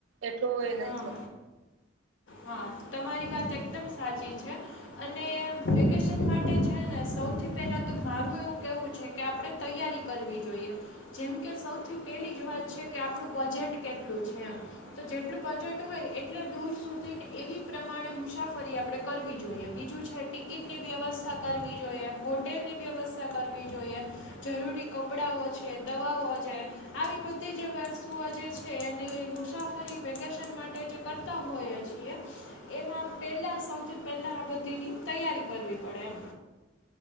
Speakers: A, on the right (about 80°); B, on the left (about 85°).
A: એટલો એ
B: હા
A: નહી થતો
B: હા તમારી વાત એકદમ સાચી છે. અને વેકેશન માટે છેને સૌથી પેલા તો મારું એવું કેવું છે. કે આપણે તૈયારી કરવી જોઈએ જેમ કે સૌથી પહેલી જ વાત છે. કે આપણું બજેટ કેટલું છે એમ તો જેટલું બજેટ હોય એટલે દૂર સુધીને એવી પ્રમાણે મુસાફરી આપણેે કરવી જોઈએ બીજું છે ટિકિટની વ્યવસ્થા કરવી જોઈએ, હોટેલની વ્યવસ્થા કરવી જોઈએ. જરૂરી કપડાંઓ છે દવાઓ છે આવી બધીજ જે વસ્તુઓ જે છે એ મુસાફરી વેકેશન માટે જે કરતા હોઈએ છીએ એમાં પહેલાં સૌથી પહેલાં આ બધીની તૈયારી કરવી પડે એમ